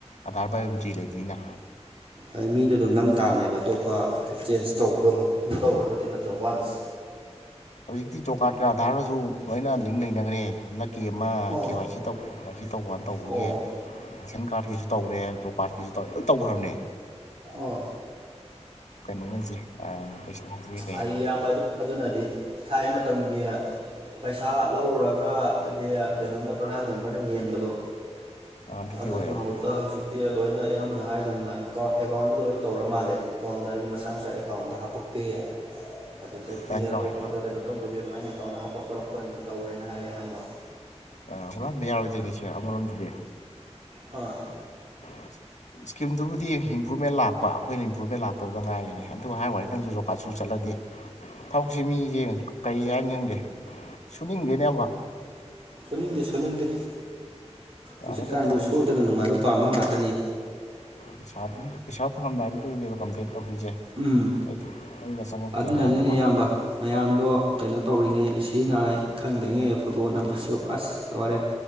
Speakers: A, on the left; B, on the right.
A: ꯑꯙꯥꯔꯨ ꯄꯥꯏꯨꯝꯇꯤ ꯂꯩꯕꯅꯤꯅ
B: ꯑꯩ ꯃꯤꯗꯣ ꯑꯗꯨꯝ ꯅꯝ ꯇꯥꯕꯅꯦꯕ ꯑꯇꯣꯞꯄ ꯆꯦꯟꯖ ꯇꯧꯕꯗꯣ ꯑꯃꯨꯛ ꯑꯃꯛ ꯇꯧꯔꯒꯗꯤ ꯅ ꯗ ꯋꯥꯟꯁ
A: ꯍꯧꯖꯤꯛꯇꯤ ꯣ ꯀꯥꯔꯠꯀ ꯑꯙꯥꯔꯒꯁꯨ ꯂꯣꯏꯅ ꯂꯤꯡ ꯂꯩꯅꯈ꯭ꯔꯦ ꯍꯟꯗꯛ ꯀꯦ ꯑꯃ
B: ꯑꯣ
A: ꯀꯦ ꯋꯥꯏ ꯁꯤ ꯇꯧ ꯋꯥ ꯁꯤ ꯇꯧ ꯇꯕꯥꯅ ꯇꯧꯕꯒꯤ
B: ꯑꯣ
A: ꯔꯦꯁꯟ ꯀꯥꯔꯠꯀꯤꯁꯨ ꯇꯧꯔꯦ ꯣ ꯀꯥꯔꯀꯤꯁꯨ ꯇꯧꯔꯦ ꯂꯣꯏ ꯇꯧꯈ꯭ꯔꯕꯅꯦ
B: ꯑꯣ
A: ꯀꯩꯅꯣꯉꯁꯦ ꯄꯩꯁꯥꯁꯤ
B: ꯑꯩ ꯏꯌꯥꯝꯕ ꯑꯗꯨꯅꯗꯤ ꯊꯥꯏ ꯃꯇꯝꯒꯤ ꯄꯩꯁꯥ ꯂꯧꯔꯨꯔꯒ ꯍꯥꯏꯗꯤ ꯀꯩꯅꯣꯅ ꯄ꯭ꯔꯙꯥꯟ ꯃꯦꯝꯕꯔꯅ ꯌꯦꯟꯕꯗꯣ
A: ꯑꯗꯨꯗꯤ
B: ꯑꯗꯨꯒꯤ
A: ꯑꯣꯏꯔꯔꯣꯏ
B: ꯃꯍꯨꯠꯇ ꯍꯧꯖꯤꯛꯇꯤ ꯂꯣꯏꯅ ꯑꯌꯥꯝ ꯅ ꯍꯥꯏꯗꯨꯝꯅ ꯑꯦꯀꯥꯎꯟ ꯑꯦꯀꯥꯎꯟꯗꯒ ꯂꯣꯏ ꯇꯧꯔ ꯃꯥꯜꯂꯦ ꯑꯦꯀꯥꯎꯟꯗ ꯍꯥꯏꯗꯤ ꯃꯁꯥ ꯃꯁꯥ ꯑꯦꯀꯥꯎꯟꯗ ꯍꯥꯞꯄꯛꯄꯤ ꯑꯗꯨꯗꯒꯤ
A: ꯀꯩꯅꯣ ꯇꯧꯔꯦ
B: ꯑꯇꯣꯞꯄꯗ ꯀꯩꯅꯣ ꯇꯧꯗꯕꯤ ꯑꯗꯨꯃꯥꯏꯅ ꯑꯦꯀꯥꯎꯟꯗ ꯍꯥꯞꯄ ꯈꯣꯠꯂꯛꯄ ꯇꯧꯔꯦꯅ ꯍꯥꯏꯌꯦ ꯑꯌꯥꯝꯕ
A: ꯑ ꯄꯨꯔꯥꯗꯤ ꯌꯥꯔꯣꯏꯗꯤꯅꯤ ꯁꯦ ꯑꯃꯔꯣꯝꯗꯗꯤ
B: ꯑ
A: <inaudible> ꯏꯁꯀꯤꯝꯗꯨꯕꯨꯗꯤ ꯏꯝꯄ꯭ꯔꯨꯞꯃꯦꯟ ꯂꯥꯛꯄ ꯑꯩꯈꯣꯏꯅ ꯏꯝꯄ꯭ꯔꯨꯚꯃꯦꯟ ꯂꯇꯕꯗ ꯉꯥꯏꯔꯤꯅꯦ ꯑꯗꯨ ꯍꯥꯏ ꯋꯥꯅꯤ ꯅꯪꯁꯨꯖꯣꯀꯥꯠ ꯁꯨ ꯆꯠꯂ ꯊꯥꯎꯁꯦ ꯃꯤꯁꯦ ꯀꯔꯤ ꯌꯥ ꯆꯪꯗꯦ ꯁꯨꯅꯤꯡꯗꯦꯅꯦ ꯑꯕ
B: ꯁꯣꯅꯤꯡꯗꯦ ꯁꯣꯅꯤꯡꯗꯦ
A: ꯌꯥꯔꯒꯗꯤ
B: ꯍꯧꯖꯤꯛꯀꯥꯟꯗꯤ
A: ꯂꯩꯊꯣꯛ
B: ꯁꯣꯗꯅ ꯅꯨꯡꯉꯥꯏꯕ ꯄꯥꯝꯝꯕ ꯉꯥ ꯇꯅꯤ
A: ꯄꯩꯁꯥ ꯄꯩꯁꯥ ꯐꯪꯂꯝꯗꯥꯏꯗꯤꯗ ꯀꯝꯄ꯭ꯂꯦꯟ ꯇꯧꯕꯤꯁꯦ
B: ꯎꯝ
A: ꯑꯩꯒ ꯆꯪꯉꯛꯇꯦ
B: ꯑꯗꯨꯅꯅꯤꯅꯦ
A: ꯀꯥꯏꯅꯀꯣ
B: ꯏꯌꯥꯝꯕ ꯃꯌꯥꯝꯗꯣ ꯀꯩꯅꯣ ꯇꯧꯔꯤꯉꯩ ꯁꯤ ꯅꯥ ꯈꯪꯗ꯭ꯉꯩ ꯐꯣꯇꯣ ꯅꯝꯃꯁꯨ ꯑꯁ ꯂꯣꯏꯔꯦ